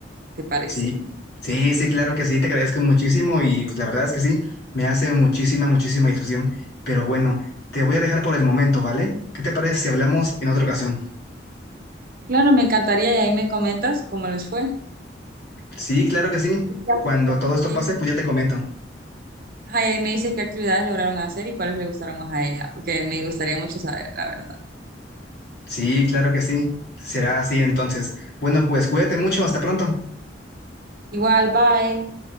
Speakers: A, on the right; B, on the left.
A: ¿te parece?
B: sí, sí, sí, claro que sí, te agradezco muchísimo y pues, la verdad es que sí, me hace muchísima, muchísima ilusión. Pero bueno, te voy a dejar por el momento, ¿vale? ¿Qué te parece si hablamos en otra ocasión?
A: Claro, me encantaría y ahí me comentas cómo les fue.
B: Sí, claro que sí.
A: Y qué actividades-
B: Cuando todo esto
A: y ahí
B: pase,
A: me,
B: pues ya te comento.
A: ajá, y ahí me dices qué actividades lograron hacer y cuáles le gustaron más a ella, porque me gustaría mucho saber, la verdad.
B: Sí, claro que sí. Será así entonces. Bueno, pues cuídate mucho. Hasta pronto.
A: Igual, bye.